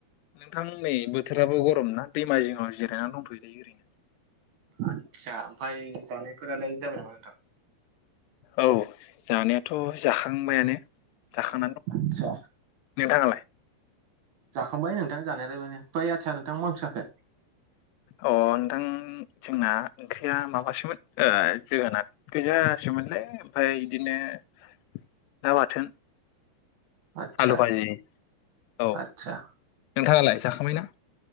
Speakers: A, on the left; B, on the right.
A: नोंथां नै बोथोराबो गरम ना दैमा जिङाव जिरायनानै दंथ'यो नै ओरैनो
B: आस्सा ओमफाय जानायफोरालाय जाबाय नामा नोंथां
A: औ जानाय थ' जाखांबायानो जाखांनानै दङ
B: आदसा
A: नोंथाङालाय
B: जाखांबाय नोंथां जानायलायबाय <unintelligible> आदसा नोंथां माो जाखो
A: अ नोंथां जोंना ओंख्रिया माबासोमोन जोगोनार गोजासोमोनलाय ओमफ्राय बिदिनो <unintelligible> बाथोन
B: आदसा
A: आलु भाजि औ
B: आदसा
A: नोंथाङालाय जाखांबाय ना